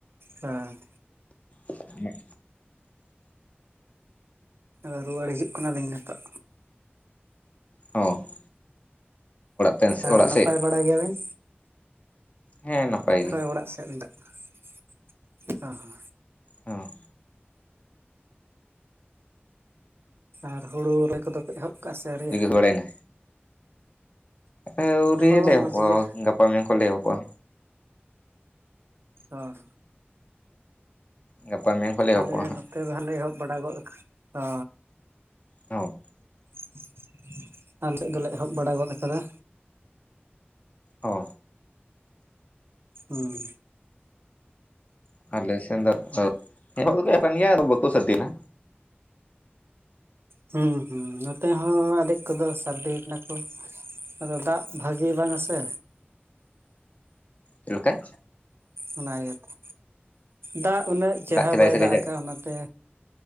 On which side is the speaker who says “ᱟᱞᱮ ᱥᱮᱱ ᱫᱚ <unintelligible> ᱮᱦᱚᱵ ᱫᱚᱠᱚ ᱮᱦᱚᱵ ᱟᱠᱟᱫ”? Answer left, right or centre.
Left